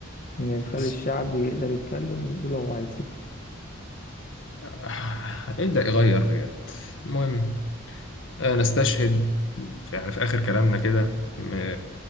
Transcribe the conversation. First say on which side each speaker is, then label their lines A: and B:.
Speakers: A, on the left (about 40°); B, on the left (about 60°).
A: ان يخلي
B: بس
A: الشعب يقدر يتكلم ويقول هو عايز ايه
B: آه، ابدا يغير بجد المهم آه، نستشهد في- يعني في اخر كلامنا كده م-